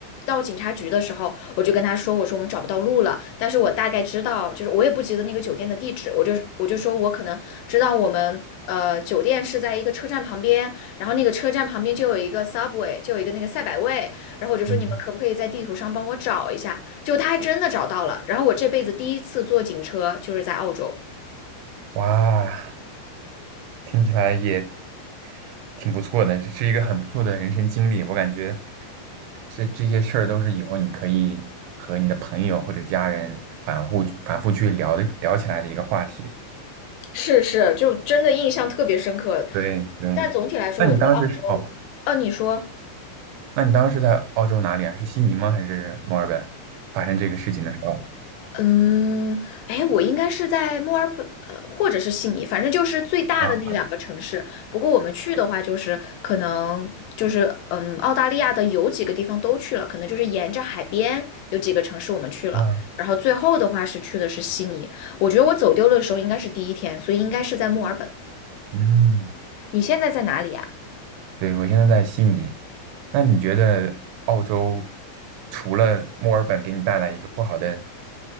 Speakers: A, on the left (about 75°); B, on the right (about 80°).
A: 到警察局的时候，我就跟他说，我说我们找不到路了，但是我大概知道，就是我也不记得那个酒店的地址，我就我就说我可能知道我们呃酒店是在一个车站旁边，然后那个车站旁边就有一个 Subway，就有一个那个赛百味，然后我就说你们可不可以在地图上帮我找一下？
B: 嗯
A: 就他还真的找到了，然后我这辈子第一次坐警车就是在澳洲。
B: 哇，听起来也挺不错的，是一个很不错的人生经历。我感觉这这些事儿都是以后你可以和你的朋友或者家人反复反复去聊的聊起来的一个话题。
A: 是是，就真的印象特别深刻。
B: 对对，
A: 但总体来说，
B: 那你当时是哦，
A: 我对澳洲，啊，你说，
B: 那你当时在澳洲哪里啊？是悉尼吗？还是墨尔本？发生这个事情的时候
A: 嗯，哎，我应该是在墨尔本，呃，或者是悉尼，反正就是最大的那两个城市。
B: 啊，
A: 不过我们去的话，就是可能就是，嗯，澳大利亚的有几个地方都去了，可能就是沿着海边有几个城市我们去了。
B: 啊，
A: 然后最后的话是去的是悉尼。我觉得我走丢了的时候应该是第一天，所以应该是在墨尔本。
B: 嗯，
A: 你现在在哪里啊？
B: 对，我现在在悉尼。那你觉得澳洲除了墨尔本给你带来一个不好的